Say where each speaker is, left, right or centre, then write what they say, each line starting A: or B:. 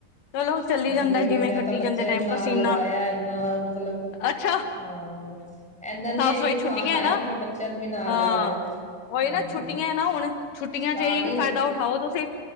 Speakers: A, on the left; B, in the centre.
A: ਚਲੋ ਚੱਲੀ
B: ਉਹੀ
A: ਜਾਂਦਾ
B: ਹੈ ਵੀ
A: ਜਿਵੇਂ
B: ਮੈਂ
A: ਕੱਟੀ
B: ਤਾਂ ਬੱਚਿਆਂ
A: ਜਾਂਦੇ ਟਾਈਮ
B: ਨੂੰ ਨਾਲ
A: ਪਸੀਨਾ
B: ਲਗਾਇਆ ਇਨਾ ਮਤਲਬ
A: ਅੱਛਾ
B: ਹਾਂ ਇਨਾ ਹਨੇਰੀ
A: ਸਾਫ਼ ਸਫ਼ਾਈ
B: ਤੂਫਾਨ
A: ਛੁੱਟੀਆਂ
B: ਆਇਆ
A: ਨਾ
B: ਫਿਰ ਮੈਂ ਬੱਚਿਆਂ ਨੂੰ ਵੀ ਨਾਲ
A: ਹਾਂ
B: ਲਗਾਇਆ
A: ਉਹੀ
B: ਹਾਂਜੀ
A: ਨਾ ਛੁੱਟੀਆਂ ਨਾ ਹੁਣ ਛੁੱਟੀਆਂ
B: ਸਟਾਟ
A: ਚ ਇਹੀ ਫਾਇਦਾ ਉਠਾਓ ਤੁਸੀਂ